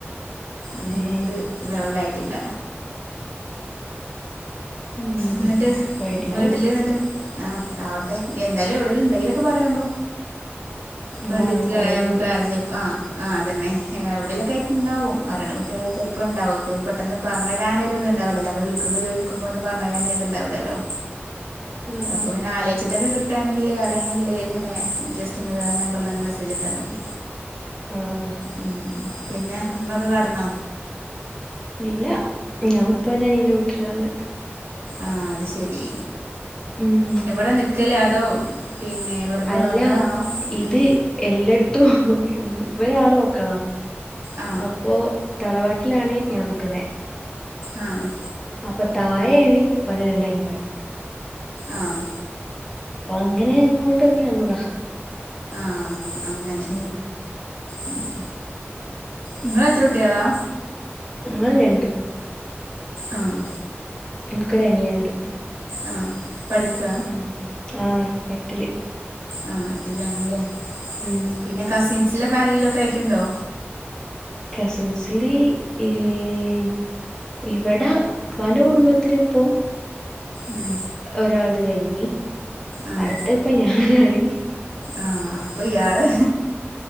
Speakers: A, on the right (about 85°); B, on the left (about 15°).
A: ഒന്നും
B: ഏഹ്
A: ഇങ്ങോട്ട് ലെവലായിട്ടില്ല
B: ഉം
A: എന്നിട്ട്
B: റെഡിയാവു
A: വീട്ടിൽ എന്നിട്ട് ആ ആവട്ടെ എന്തായാലും എവിടെേങ്കലും ഉണ്ടെങ്കിലോക്കെ പറയയു വേണ്ടു പരിചായത്തിലെ
B: ആഹ് പറയുന്നുണ്ട്
A: എമക്ക <unintelligible> ജപ്പ ആ ആതന്നെ എവിടെലൊക്കെ ആയിട്ടുണ്ടാവും മരണ വീട്ടിലൊക്കെ ചെലപ്പോ ഉണ്ടാവും പെട്ടെന്ന് പറഞ്ഞു തരാൻ ഒരു ഇത് - ന വിളിക്കുമ്പോ ചോയിക്കുമ്പോ ഒന്നും പറഞ് അങ്ങനെ ഇത് ഇണ്ടാവില്ലല്ലോ
B: ആഹ്
A: അപ്പ പിന്നെ ആലോചി - ചിറ്റൊക്കെ കിട്ടുയാണെങ്കിൽ അറിയാണെങ്കിൽ ഇങ്ങനെ ജസ്റ്റ് നിങ്ങള് ആ നമ്പറിലൊന്ന് മെസ്സേജ് ഇട്ടാൽ മതി
B: ആഹ്
A: ഉം പിന്നെ ഉമ്മയൊക്കെ കെടന്നോ
B: ഇല്ല ഞാൻ ഇപ്പ എന്റെ അനീയന്റെ വീട്ടിലായൊള്ളെ
A: ആഹ് അത് ശെരി
B: ഉം
A: എവിടെ നിക്കല് അതോ പിന്നെ വെറുതെ
B: അല്ല
A: വന്നതാണോ
B: ഇത്
A: ഉം.
B: എല്ലായിടത്തും ഇവന് ആറ് മക്കളാ
A: ആ
B: അപ്പോ തറവാട്ടിലാണ് ഞാൻ നിക്കുന്നേ
A: ആഹ്
B: അപ്പോ താഴെയാണ് ഉപ്പാന്റെ രണ്ട് അനിയമാരു
A: ആഹ്
B: അപ്പ അങ്ങനെ ഇങ്ങോട്ട് എറങ്ങി വന്നതാ
A: ആഹ് അങ്ങനെ
B: ഉം
A: ഉം നിങ്ങളെത്ര കുട്ടികളാ
B: ഞങ്ങള് രണ്ട്
A: ആഹ്
B: എൻക്കൊര അനിയണ്ട്
A: ആ പഠിക്കുക
B: ഉം ആഹ് എട്ടില്
A: ആഹ് എട്ടിലാണല്ലേ
B: ഉം
A: പിന്നെ കസിൻസിലൊക്കെ ആരെങ്കിലൊക്കെ ആയിട്ടുണ്ടോ
B: കസിൻസിലി ഈഹ് ഇവടാ ഉപ്പാന്റെ കുടുംബത്തിലിപ്പോം
A: ഉം.
B: ഒരാളത് കഴിഞ്ഞി
A: ആ
B: അടുത്ത ഇപ്പ ഞാനാണ്
A: ആഹ് അപ്പോ ഇയാള്